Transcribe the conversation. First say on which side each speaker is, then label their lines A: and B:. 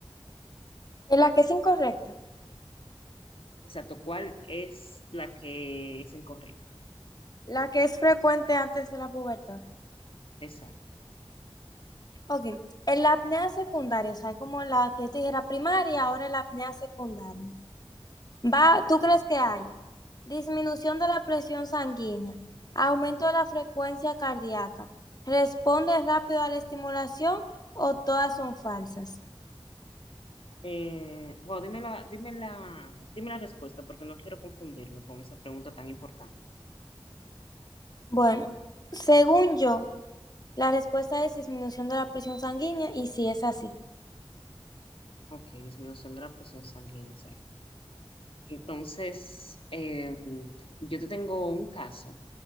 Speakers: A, on the left; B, on the left.
A: ¿En la que es incorrecta?
B: Exacto, ¿cuál es la que es incorrecta?
A: La que es frecuente antes de la pubertad.
B: Exacto.
A: Ok, en la apnea secundaria, o sea, como la que yo te dije era primaria, ahora es la apnea secundaria. Va, ¿tú crees que haya? Disminución de la presión sanguínea, aumento de la frecuencia cardíaca, responde rápido a la estimulación o todas son falsas.
B: Eh, bueno, dime la, dime la, dime la respuesta porque no quiero confundirme con esa pregunta tan importante.
A: Bueno, según yo, la respuesta es disminución de la presión sanguínea y si es así.
B: Ok, disminución de la presión sanguínea. exacto. Entonces, eh, yo te tengo un caso,